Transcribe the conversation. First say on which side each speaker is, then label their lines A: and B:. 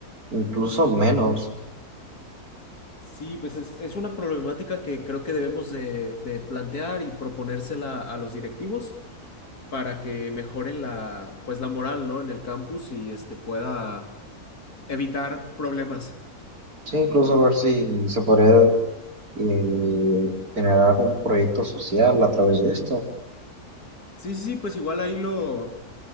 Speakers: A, on the right (about 75°); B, on the left (about 80°).
A: incluso menos.
B: Sí, pues es, es una problemática que creo que debemos de, de plantear y proponérsela a los directivos para que mejoren la, pues la moral, ¿no? En el campus y este pueda evitar problemas.
A: Sí, incluso a ver si se podría eh, generar un proyecto social a través de esto.
B: Sí, sí, sí, pues igual ahí lo,